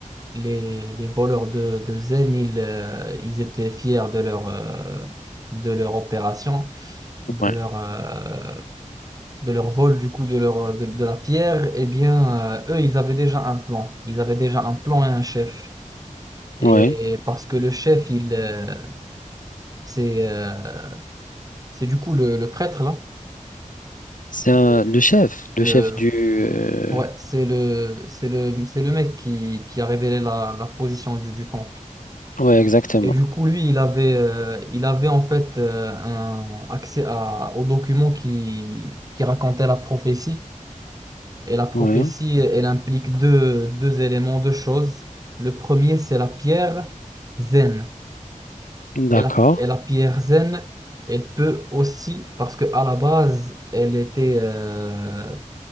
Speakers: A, on the right; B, on the left.
A: les les voleurs de de Zen, ils euh, ils étaient fiers de leur euh, de leur opération, de
B: ouais,
A: leur euh, de leur vol du coup de leur de, de la pierre, eh bien euh, eux ils avaient déjà un plan. Ils avaient déjà un plan et un chef.
B: ouais.
A: Et parce que le chef il euh, c'est euh, c'est du coup le, le prêtre là.
B: C'est un-
A: Le,
B: le chef, le
A: le-
B: chef du. euh,
A: ouais c'est le c'est le c'est le mec qui, qui a révélé la, la position du, du temple.
B: Ouais, exactement.
A: Et du coup lui il avait euh, il avait en fait euh, un accès à, aux documents qui qui racontaient la prophétie. Et la prophétie,
B: Ouais,
A: elle implique deux, deux éléments, deux choses. Le premier, c'est la pierre zen.
B: d'accord.
A: Et la, et la pierre zen, elle peut aussi, parce que à la base, elle était, euh,